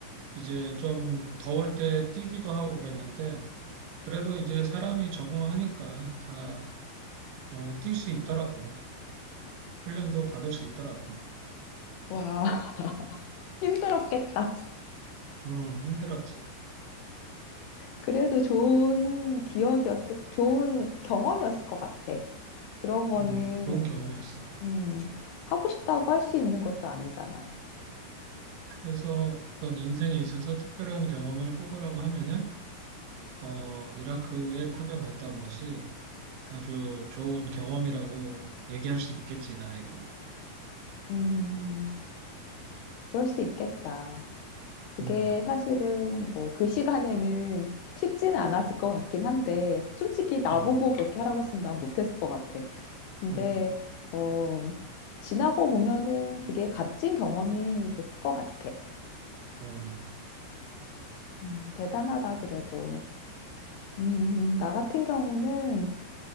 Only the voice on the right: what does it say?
이제 좀 더울 때 뛰기도 하고 그랬는데, 그래도 이제 사람이 적응하니까 다 어, 뛸 수 있더라고. 훈련도 받을 수 있더라고.
음, 힘들었지.
음, 좋은 경험이었어.
그래서 어떤 인생에 있어서 특별한 경험을 꼽으라고 하면은, 어, 이라크에 파병 갔다 온 것이 아주 좋은 경험이라고 얘기할 수 있겠지, 나의 경우.
음,
음,
음,
음,